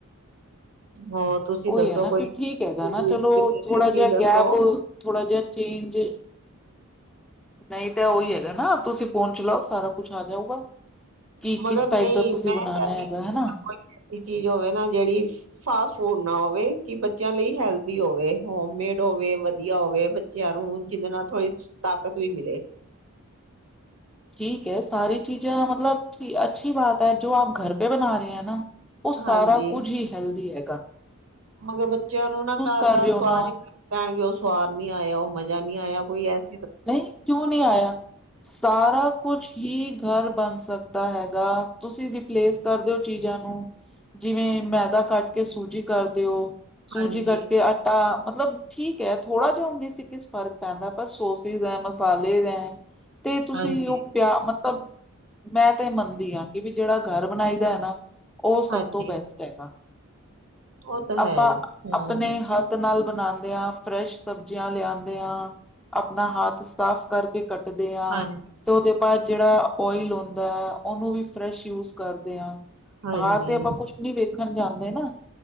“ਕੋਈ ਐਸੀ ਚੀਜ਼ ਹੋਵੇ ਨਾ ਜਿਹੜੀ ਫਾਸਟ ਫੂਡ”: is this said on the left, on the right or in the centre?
Right